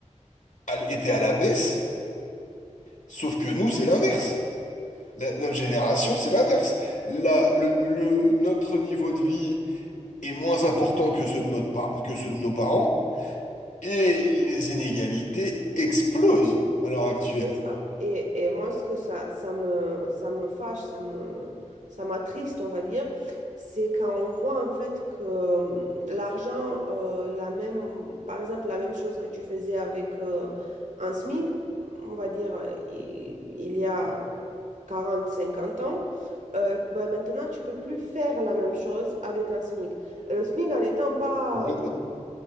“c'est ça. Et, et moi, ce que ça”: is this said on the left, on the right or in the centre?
Right